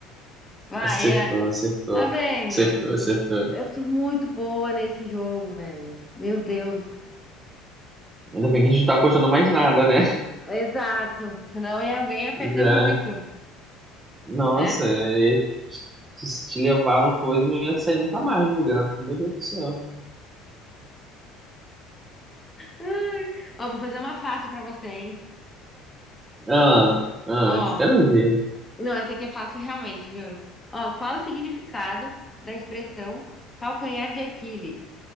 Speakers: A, on the left; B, on the right.
A: Vai,
B: Acertou,
A: é.
B: acertou.
A: Tá vendo?
B: Acertou, acertou.
A: Eu sou muito boa nesse jogo, velho. Meu Deus.
B: Ainda bem que a gente não tá apostando mais nada, né?
A: Exato. Senão ia- alguém ia perder
B: Já,
A: muito,
B: nossa,
A: né?
B: é- se te levar no coisa, não ia sair nunca mais do lugar, porque, meu Deus do céu.
A: Ai. Ó, vou fazer uma fácil pra você, hein?
B: Ah, ah,
A: Ó,
B: isso quero ver.
A: não, essa aqui é fácil realmente, juro. Ó, qual o significado da expressão calcanhar de Aquiles?